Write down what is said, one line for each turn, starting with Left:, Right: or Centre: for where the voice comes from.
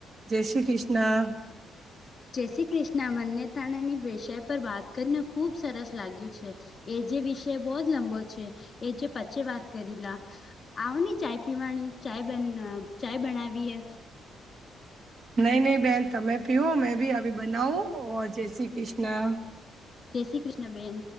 Right: જય શ્રી કૃષ્ણ.
Left: જય શ્રી કૃષ્ણ મન્યતાણાની વિષય પર વાત કરીને ખૂબ સરસ લાગ્યું છે. એ જે વિષય બોહોત લંબો છે એ જે પચે વાત કરીલા. આવો ને ચાય પીવાની ચાય ચાય બનાવીએ.
Right: નહી ન બહેન તમે પીઓ મેં ભી અભી બનાઓ જય શ્રી કૃષ્ણ.
Left: જય શ્રી કૃષ્ણ બેન.